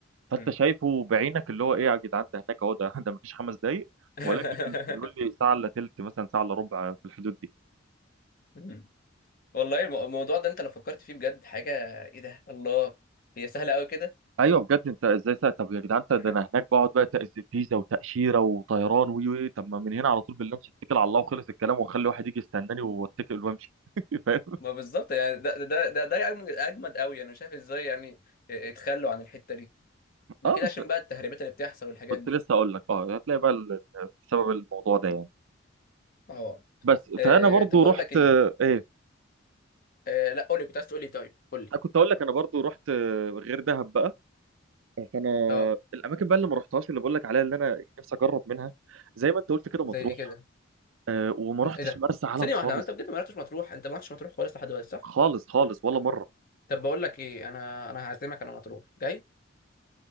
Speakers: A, on the right (about 85°); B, on the left (about 50°).
A: فانت
B: امم
A: شايفه بعينك اللي هو ايه يا جدعان ده هناك اهو ده <laughs> ده مفيش خمس دقايق
B: <laughs>
A: ولكن بيقول لي ساعه الا تلت مثلا ساعه الا ربع في الحدود دي
B: أمم. والله المو- الموضوع ده انت لو فكرت فيه بجد حاجة ايه ده الله هي سهلة قوي كده
A: ايوه بجد انت ازاي ساعه طب يا جدعان
B: <laughs>
A: انت ده انا هناك بقعد بقى تأذي فيزا وتاشيره وطيران وي وي طب ما من هنا على طول باللانش اتكل على الله وخلص الكلام واخلي واحد يجي يستناني واتكل وامشي <laughs> فاهم
B: ما بالظبط يعني ده ده ده ده أجمد أجمد قوي انا شايف ازاي يعني اتخلوا عن الحتة دي ما
A: اه
B: كده
A: بس
B: عشان بقى التهريبات اللي بتحصل والحاجات
A: كنت
B: دي
A: لسه اقول لك اه هتلاقي بقى ال- بسبب الموضوع ده يعني
B: اه
A: بس
B: آه،
A: فانا برضو
B: طب بقول
A: رحت
B: لك ايه
A: آه، ايه
B: آه، لا قول لي كنت عايز تقول لي طيب قول
A: انا كنت اقول لك انا برضو رحت آه، غير دهب بقى فانا
B: لي
A: الاماكن بقى اللي ما رحتهاش اللي بقول لك عليها اللي انا نفسي اجرب منها زي ما انت قلت كده
B: زي
A: مطروح
B: ايه كده
A: أه وما
B: م-
A: رحتش
B: ايه ده
A: مرسى علم
B: ثانيه
A: خالص
B: واحده هو انت بجد ما رحتش مطروح انت ما رحتش مطروح خالص لحد دلوقتي صح
A: خالص خالص ولا مره
B: طب بقول لك ايه انا انا هعزمك انا مطروح جاي